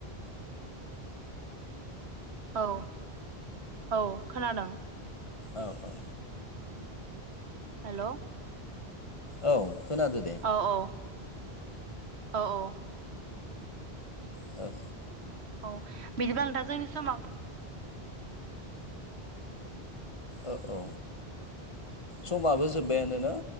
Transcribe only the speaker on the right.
औ। औ खोनादों।
हेल'।
औ औ औ औ।
औ बिदिब्ला नोंथां जोंनि समा